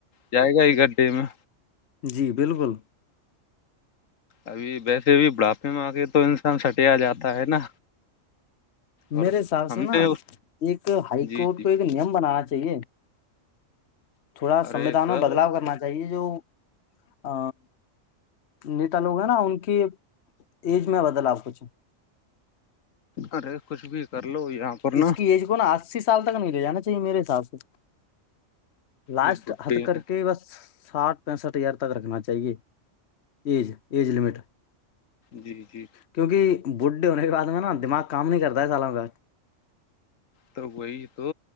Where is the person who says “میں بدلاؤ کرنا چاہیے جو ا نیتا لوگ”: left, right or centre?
Left